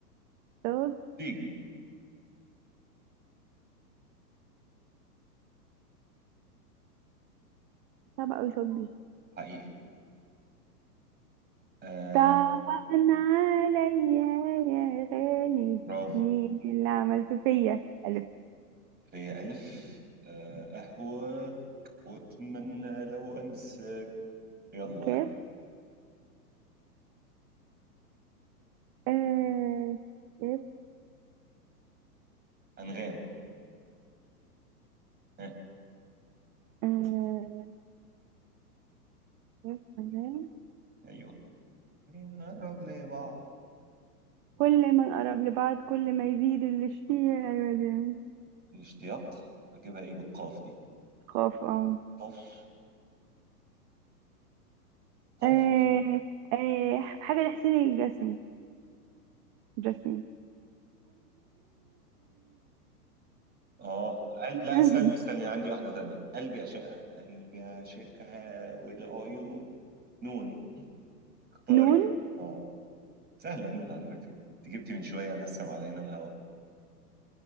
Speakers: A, on the right (about 35°); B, on the right (about 20°).
A: صوت
B: تيجي
A: صعب اوي صوت دي
B: حقيقي آه
A: طبعا عليا يا غالي
B: برافو
A: مين اللي عملته فيا ألف
B: في ألف آه أهواك وأتمنى لو أنسى يلا
A: كاف آه كاف
B: أنغام ها
A: آه كاف آه.
B: أيوه ليه بنقرب لبعض
A: كل ما نقرب لبعض كل ما يزيد الاشتياق أيوة دي
B: الاشتياق أجيبها إيه بالقاف دي
A: خاف اه
B: قاف قاف
A: آه آه حاجة لحسين الجسمي جسمي
B: اه قال- لا
A: حبيبي
B: استني استني أنا عندي واحدة تانية قلبي عشقها قلبي عشقها والعيون نون اختاري
A: نون
B: بقى اه سهلة نون على فكرة انت جبتي من شوية نسم علينا الهوى